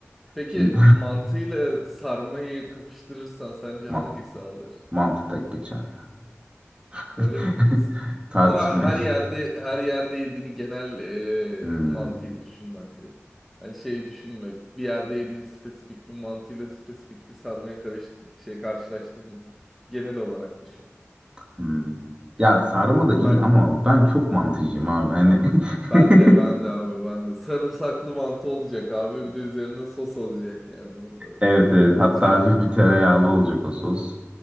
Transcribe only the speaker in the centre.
Peki
mantıyla sarmayı kapıştırırsan sence
hangisi alır?
Öyle mi diyorsun?
Ama her yerde her yerde yediğini genel e,
mantığı düşün bence. Hani şey düşünme. Bir yerde yediğin spesifik bir mantıyla spesifik bir sarmayı karıştır, şey karşılaştırma. Genel olarak düşün.
Ben
ben
de ben de abi ben de sarımsaklı mantı olacak abi bir de üzerine sos olacak yani böyle
şeyde.